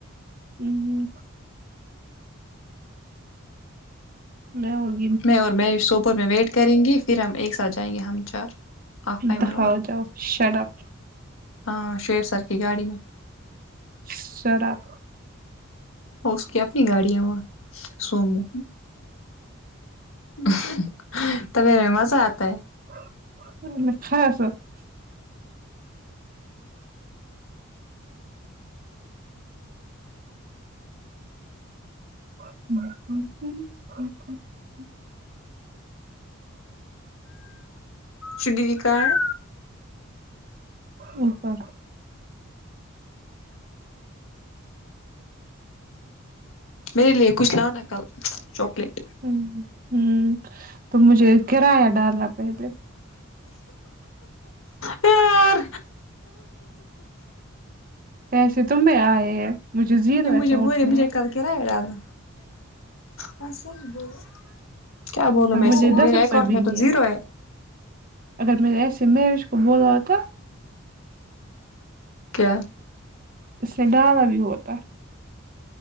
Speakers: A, on the right (about 45°); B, on the left (about 75°).
A: آمہم میں ان
B: میں اور میں سوپور میں ویٹ کریں گی فیر ہم ایک ساتھ جائیں گے ہم چار آپ میمون
A: داؤ
B: اور
A: جاؤ شٹ اپ
B: ہاں شیر سر کی گاڑی میں
A: شراب
B: اس کی اپنی گاڑیں وہ سومو <unintelligible>
A: <unintelligible> ہ ہ
B: شددی کہا ہے
A: اوپر
B: میرے لیے کچھ لانا کل چاکلیٹ
A: ہ ہ تو مجھے کرایہ ڈالنا پہلے
B: یار
A: پیسے تم میں آئے ہیں مجھے زیرو
B: یہ مجھے
A: اکاؤنٹ
B: بول رہے
A: میں
B: مجھے
A: ہے
B: کل کرایہ ڈالنا ہاں سچ بولو کیا بولو
A: اور
B: میں
A: مجھے دس
B: میرے
A: روپئے
B: اکاؤنٹ
A: بھی
B: میں
A: نہیں
B: تو زیرو ہے
A: اگر میں ایسے مہویش کو بولا ہو تھا
B: کیا
A: اس سے ڈالا بھی ہوتا